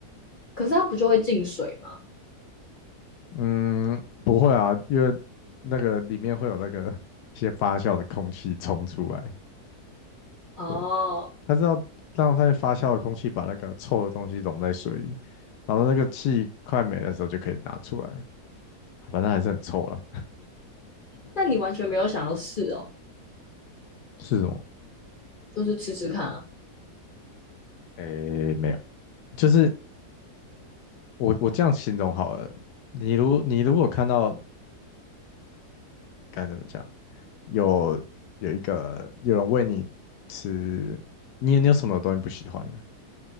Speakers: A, on the left; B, on the left.
A: 可是它不就会进水吗？
B: 嗯，不会啊，因为那个里面会有那个一些发酵的空气冲出来，
A: 哦，
B: 对，它是要让它发酵的空气把那个臭的东西溶在水里，然后那个气快没的时候就可以拿出来，反正还是很臭了。
A: 那你完全没有想要试哦，
B: 是什么？
A: 就是吃吃看啊。
B: 诶，没有，就是我我这样形容好了，你如你如果看到该怎么讲，有有一个有人喂你吃，你你有什么东西不喜欢的？